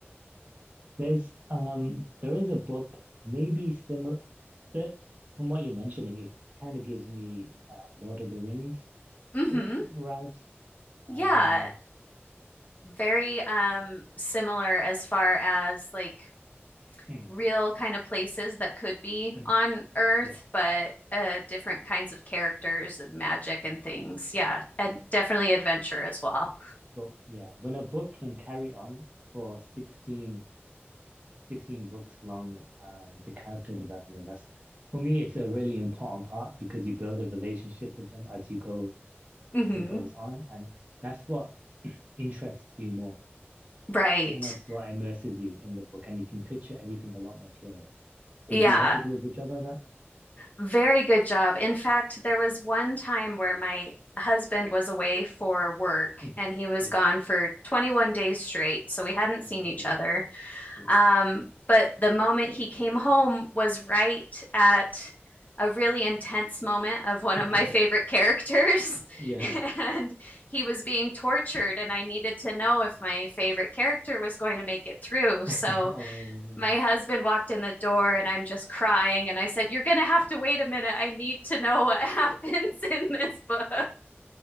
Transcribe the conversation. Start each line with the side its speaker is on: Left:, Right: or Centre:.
Right: There's um there is a book maybe similar that from what you're mentioning, it kind of gives me uh Lord of the Rings
Left: <laughs> hmm
Right: o- vibes.
Left: Yeah,
Right: Um
Left: very um similar as far as like
Right: mm,
Left: real kind of places that could be
Right: mhm,
Left: on Earth,
Right: yeah,
Left: but uh different kinds of characters and magic
Right: mm.
Left: and things. Yeah, and definitely adventure as well.
Right: But yeah, when a book can carry on for sixteen sixteen books long, um the character development, that's for me it's a really important part because you build a relationship with them as you go
Left: hmm
Right: as it goes on and that's what interests you more.
Left: Right.
Right: It's kind of what immerses you in the book, and you can picture everything a lot more clearer.
Left: Yeah.
Right: Does the author do a good job at that?
Left: Very good job. In fact, there was one time where my husband was away for work
Right: hmm
Left: and he was
Right: Yeah.
Left: gone for 21 days straight. So we hadn't
Right: Okay.
Left: seen each other.
Right: Yeah.
Left: Um, but the moment he came home was right at a really intense moment of one
Right: Okay.
Left: of my favorite characters.
Right: Yeah.
Left: <laughs> and he was being tortured, and I needed to know if my favorite character was going to make it through. So
Right: <laughs> Oh man.
Left: my husband walked in the door and I'm just crying. And I said, You're going to have to wait a minute. I need to know what <laughs> happens in this book.